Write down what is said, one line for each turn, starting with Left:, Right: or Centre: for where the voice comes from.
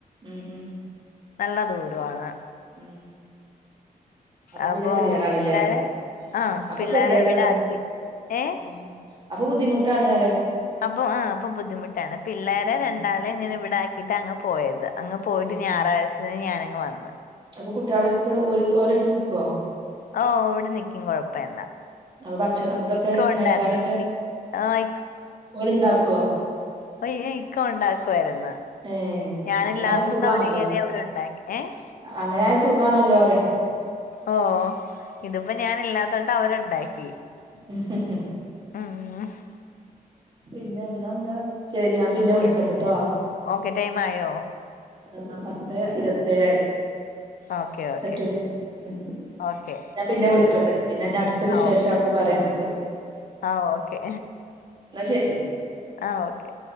Right: ഉം ഉം
Left: നല്ല ദൂരവാണ്.
Right: ഉം അപ്പൊ
Left: അതാ
Right: പിന്നെ ഗതികേടാണ്ല്ലേ
Left: പിള്ളേരെ ആഹ്
Right: അപ്പൊ
Left: പിള്ളേരെ
Right: ഗതികേടാണ്
Left: ഇവിടെ ആക്കി.
Right: പറയും.
Left: ഏഹ്
Right: ഉം അപ്പൊ ബുദ്ധിമുട്ടാണ് പറയാ
Left: അപ്പൊ ആഹ് അപ്പൊ ബുദ്ധിമുട്ടാണ് പിള്ളേരെ
Right: ഉം
Left: ര ണ്ടാളെ ഞാന് ഇവിടാക്കിയിട്ട് അങ് പോയത് അങ്ങ് പോയിട്ട്
Right: ഉം
Left: ഞായറാഴ്ചന്ന് ഞാനിങ് വന്നു.
Right: അപ്പൊ കുട്ടികളുടെ ടുത്ത് ഒല് ഓലടുത്ത് നിക്കുവോ?
Left: ഓഹ് ഇവിടെ നിക്കും കൊഴപ്പല്ല.
Right: അപ്പ ഭക്ഷണം ഇതൊക്കെ
Left: ഇക്ക
Right: കഴിക്കാനൊക്കെ
Left: ഉണ്ടായിരുന്നു ആഹ്
Right: ഓലെ ഇണ്ടാക്കുവോ?
Left: യ്യ് ഇക്ക ണ്ടാക്കുവായിരുന്നു.
Right: ഏ
Left: ഞാനില്ലാത്തൊണ്ട്
Right: അങ്ങനായ സുഖാണല്ലോ
Left: അവര് കേയറിയെറങി അവരുണ്ടാക്കി ഏഹ്
Right: അങ്ങനായ സുഖാണല്ലോ പറയാ
Left: ഓഹ് ഇതിപ്പോ ഞാനില്ലാത്തൊണ്ട് അവരൊണ്ടാക്കി.
Right: <unintelligible>
Left: ഉം ഹ്
Right: പിന്നെ എന്നാ എന്താ? ശരി ഞാൻ
Left: ഉം പിന്നെ
Right: വിളിക്കണ്ട്ട്ടോ
Left: ഓക്കെ ടൈം ആയോ?
Right: ആഹ് പത്തേ ഇരുപത്തേഴായി
Left: ഓക്കെ ഓക്കെ
Right: പറ്റൂല്ലേ ഉം
Left: ഓക്കെ
Right: ഞാൻ പിന്നെ വിളിക്കണ്ട് പിന്നെ ഞാൻ അടുത്ത വിശേഷ
Left: ഓക്കെ
Right: അപ്പൊ പറയാമ്മക്ക്.
Left: ആഹ് ഓക്കെ
Right: ശരി
Left: ആഹ് ഓക്കെ